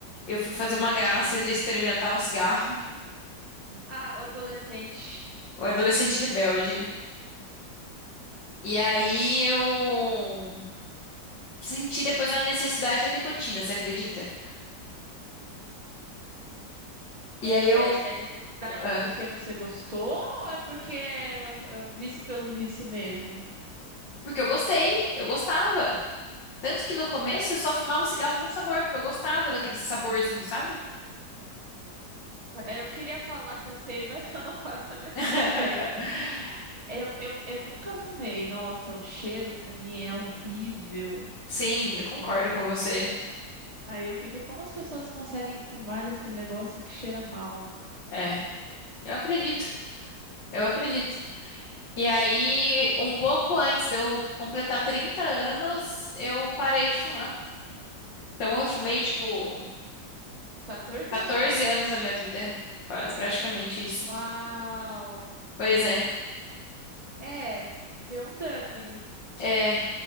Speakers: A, on the left; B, on the right.
A: eu fui fazer uma
B: E lá
A: graça
B: vendo.
A: de experimentar um cigarro,
B: Ah, o adolescente.
A: <laughs> o adolescente rebelde. E aí eu senti depois a necessidade da nicotina, você acredita? E
B: Mas
A: aí eu.
B: é, é necessidade
A: ah,
B: porque você gostou ou é porque é o é o vício pelo vício mesmo?
A: Porque eu gostei, eu gostava. Tanto que no começo eu só fumava cigarro com sabor, porque eu gostava daquele saborzinho, sabe?
B: É, Eu queria falar que eu sei, mas <laughs> eu não faço a menor
A: <laughs>
B: ideia. Eu, eu, eu nunca fumei. Nossa, o cheiro pra mim é horrível.
A: Sim, eu concordo
B: E eu fico,
A: com você.
B: aí eu fico, como as pessoas conseguem fumar esse negócio que cheira mal?
A: É, eu acredito. Eu acredito. E aí, um pouco antes de eu completar 30 anos, eu parei de fumar. Então, eu fumei, tipo,
B: Quatorze
A: 14
B: anos aí quase.
A: anos da minha vida. Quase, praticamente isso.
B: Uau!
A: Pois é.
B: É, deu um dano aí.
A: É.